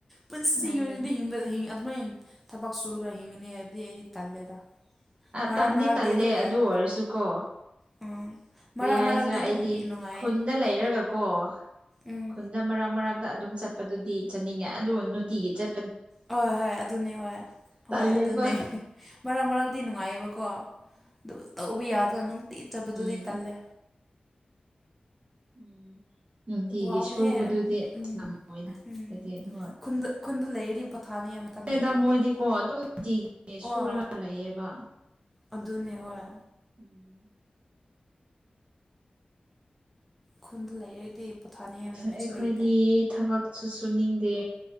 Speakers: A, in the centre; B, on the right.
A: ꯄꯨꯟꯁꯤꯒꯤ
B: ꯍꯥꯏꯕꯗꯤ
A: ꯑꯣꯏꯅꯗꯤ ꯍꯤꯡꯕꯗ ꯍ ꯑꯗꯨꯃꯥꯏ ꯊꯕꯛ ꯁꯨꯔꯒ ꯍꯤꯡꯉꯅꯤ ꯍꯥꯏꯕꯗꯤ ꯑꯩꯗꯤ ꯇꯜꯂꯦꯗ
B: ꯑ
A: ꯃꯔꯛ
B: ꯇꯟꯗꯤ
A: ꯃꯔꯛꯇꯤ
B: ꯇꯜꯂꯦ
A: ꯑꯗꯨꯝ
B: ꯑꯗꯨ
A: ꯌꯥꯏ
B: ꯑꯣꯏꯔꯁꯨꯀꯣ
A: ꯎꯝ
B: ꯀꯔꯤ
A: ꯃꯔꯛ
B: ꯍꯥꯏꯁꯤꯔꯥ
A: ꯃꯔꯛꯇꯤ
B: ꯑꯩꯗꯤ
A: ꯑꯗꯨꯝ ꯅꯨꯡꯉꯥꯏꯌꯦ
B: ꯈꯨꯟꯗ ꯂꯩꯔꯒꯀꯣꯟ
A: ꯎꯝ
B: ꯗ ꯃꯔꯛ ꯃꯔꯛꯇ ꯑꯗꯨꯝ ꯆꯠꯄꯗꯨꯗꯤ ꯆꯠꯅꯤꯡꯉꯦ ꯑꯗꯨ ꯅꯨꯡꯇꯤꯒꯤ ꯆꯠ
A: ꯍꯣꯏ ꯍꯣꯏ ꯑꯗꯨꯅꯦ ꯍꯣꯏ ꯍꯣꯏ
B: ꯇꯜꯂꯦꯕ
A: ꯑꯗꯨꯅꯦ ꯃꯔꯛ ꯃꯔꯛꯇꯤ ꯅꯨꯡꯉꯥꯏꯌꯦꯕꯀꯣ ꯑꯗꯨꯕꯨ ꯇꯧꯕ ꯌꯥꯗꯅ ꯅꯨꯡꯇꯤꯖꯕꯗꯨꯗꯤ
B: ꯎꯝ
A: ꯇꯜꯂꯦ
B: ꯎꯝ ꯅꯨꯡꯇꯤꯒꯤ
A: ꯋꯥꯕꯅꯦꯍꯦ
B: ꯁꯨꯕꯗꯨꯗꯤ
A: ꯎꯝ
B: ꯑꯁ ꯅꯣꯏꯅ
A: ꯎꯝ
B: ꯍꯥꯏꯗꯤ ꯍꯣꯏ
A: ꯈꯨꯟꯗ ꯈꯨꯟꯗ ꯂꯩꯔꯗꯤ ꯄꯣꯊꯥꯅꯤꯡꯉꯥꯏ ꯃꯇꯝ
B: ꯃꯦꯗꯥ
A: ꯂꯩꯇꯕꯅꯤꯗ
B: ꯃꯣꯏꯗꯤꯀꯣ ꯑꯗꯨꯝ ꯅꯨꯡꯇꯤ ꯁꯨꯔꯒ
A: ꯑꯣ
B: ꯂꯩꯌꯦꯕ
A: ꯑꯗꯨꯅꯦ ꯍꯣꯏ
B: ꯎꯝ
A: ꯈꯨꯟꯗ ꯂꯩꯔꯗꯤ ꯄꯣꯊꯥꯅꯤꯡꯉꯥꯏ ꯅꯨꯃꯤꯠꯁꯨ
B: ꯑꯩꯈꯣꯏꯗꯤ
A: ꯂꯩꯇꯦ
B: ꯊꯕꯛ ꯁꯨꯠ ꯁꯨꯅꯤꯡꯗꯦ